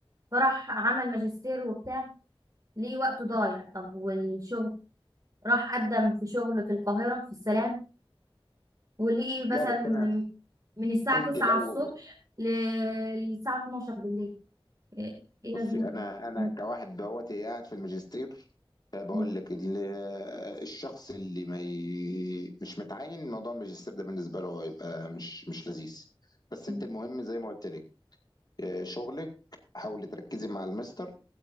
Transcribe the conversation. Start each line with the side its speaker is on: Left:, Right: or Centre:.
Right: فراح عمل ماجستير وبتاع لقي وقته ضايع طب والشغل راح قدم في شغل في القاهره في السلام ولقي مثلا
Left: لا بس انا
Right: من الساعه
Left: انت
Right: 9
Left: لو
Right: الصبح ل- للساعه 12 بالليل ايه إيه لازمتها
Left: بصي انا انا
Right: مم.
Left: كواحد دلوقتي قاعد في الماجستير آه، بقول
Right: مم.
Left: لك ال- آه، الشخص اللي ما ي... مش متعين موضوع الماجستير ده بالنسبه له هيبقى مش مش لذيذ بس
Right: مم.
Left: انت المهم زي ما قلت لك آه، شغلك حاولي تركزي مع المستر